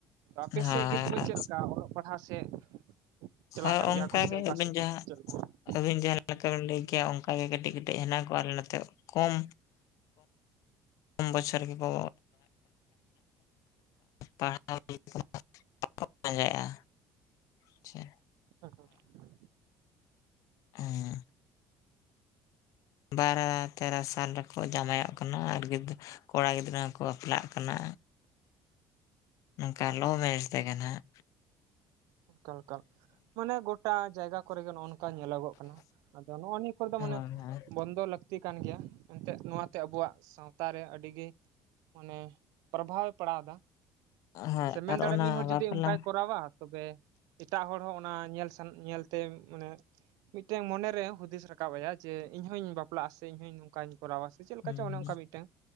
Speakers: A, on the right; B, on the left.
A: ᱟᱯᱮ
B: ᱦᱳᱭ
A: ᱥᱮᱫ ᱜᱮ ᱛᱚᱵᱮ ᱪᱮᱫ ᱞᱮᱠᱟ ᱚᱞᱚᱜ ᱯᱟᱲᱦᱟᱜ ᱡᱟᱦᱟᱸ ᱥᱮᱫ ᱪᱟᱞᱟᱜ
B: ᱦᱳᱭ
A: ᱠᱟᱱ
B: ᱚᱱᱠᱟᱜᱮ
A: ᱜᱮᱭᱟ ᱠᱚ ᱥᱮ ᱚᱠᱟ
B: ᱟᱹᱵᱤᱱ
A: ᱥᱮᱫ
B: ᱡᱟᱦᱟᱸ
A: ᱪᱮᱫ ᱞᱮᱠᱟ
B: ᱟᱹᱵᱤᱱ ᱡᱟᱦᱟᱸ ᱞᱮᱠᱟ ᱵᱤᱱ ᱞᱟᱹᱭ ᱠᱮᱭᱟ ᱚᱱᱠᱟᱜᱮ ᱠᱟᱹᱴᱤᱡ ᱠᱟᱹᱴᱤᱡ ᱦᱮᱱᱟᱜ ᱠᱚᱣᱟ ᱟᱨ ᱱᱚᱛᱮ ᱠᱚᱢ ᱵᱚᱪᱷᱚᱨ ᱜᱮ ᱠᱚ ᱯᱟᱲᱦᱟᱣ <inaudible> ᱯᱟᱸᱡᱟᱭᱼᱟ ᱟᱪᱪᱷᱟ
A: ᱦᱮᱸ ᱦᱮᱸ
B: <unintelligible> ᱵᱟᱨᱚ ᱛᱮᱨᱚ ᱥᱟᱞ ᱨᱮᱠᱚ ᱡᱟᱢᱟᱭᱚᱜ ᱠᱟᱱᱟ ᱟᱨ ᱜᱤᱫᱽ ᱠᱚᱲᱟ ᱜᱤᱫᱽᱨᱟᱹ ᱦᱚᱸᱠᱚ ᱵᱟᱯᱞᱟᱜ ᱠᱟᱱᱟ᱾ ᱱᱚᱝᱠᱟ ᱞᱚᱵ ᱢᱮᱨᱮᱡ ᱛᱮᱜᱮ ᱦᱟᱸᱜ᱾
A: ᱮᱠᱟᱞ ᱮᱠᱟᱞ ᱢᱟᱱᱮ ᱜᱚᱴᱟ ᱡᱟᱭᱜᱟ ᱠᱚᱨᱮ ᱜᱮ ᱱᱚᱜᱼᱚ ᱱᱚᱝᱠᱟ ᱧᱮᱞᱚᱜᱼᱚᱜ ᱠᱟᱱᱟ᱾ ᱟᱫᱚ ᱱᱚᱜᱼᱚ ᱱᱤᱭᱟᱹ ᱠᱚᱨᱮ ᱫᱚ ᱢᱟᱱᱮ
B: ᱦᱳᱭ
A: ᱵᱚᱱᱫᱚ ᱞᱟᱹᱠ ᱛᱤ ᱠᱟᱱ ᱜᱮᱭᱟ ᱮᱱᱛᱮᱫ ᱱᱚᱣᱟ ᱛᱮ ᱟᱵᱚᱣᱟᱜ ᱥᱟᱶᱛᱟ ᱨᱮ ᱟᱹᱰᱤ ᱜᱮ, ᱢᱟᱱᱮ ᱯᱨᱚᱵᱷᱟᱵᱮ ᱯᱟᱲᱟᱣ ᱮᱫᱟ,
B: ᱦᱳᱭ
A: ᱥᱮ ᱢᱮᱱ
B: ᱟᱨ
A: ᱫᱟᱲᱮᱭᱟᱜ
B: ᱚᱱᱟ
A: ᱢᱤᱫ ᱦᱚᱲ
B: ᱵᱟᱯᱞᱟ
A: ᱡᱩᱫᱤ ᱚᱱᱠᱟᱭ ᱠᱚᱨᱟᱣᱟ, ᱛᱚᱵᱮ ᱮᱴᱟᱜ ᱦᱚᱲ ᱦᱚᱸ ᱚᱱᱟ ᱧᱮᱞ ᱥᱟᱱ ᱧᱮᱞ ᱛᱮ ᱢᱟᱱᱮ ᱢᱤᱫ ᱴᱮᱱ ᱢᱚᱱᱮ ᱨᱮ ᱦᱩᱫᱤᱥ ᱨᱟ ᱨᱟᱠᱟᱵᱟᱭᱟ ᱡᱮ ᱤᱧ ᱦᱚᱧ ᱵᱟᱯᱞᱟᱜᱼᱟ ᱥᱮ ᱤᱧ ᱦᱚᱸᱧ ᱱᱚᱝᱠᱟᱧ ᱠᱚᱨᱟᱣᱟ ᱥᱮ ᱪᱮᱫ ᱞᱮᱠᱟ
B: ᱦᱩᱸ
A: ᱪᱚᱝ ᱚᱱᱮ ᱚᱱᱠᱟ ᱢᱤᱫᱴᱟᱝ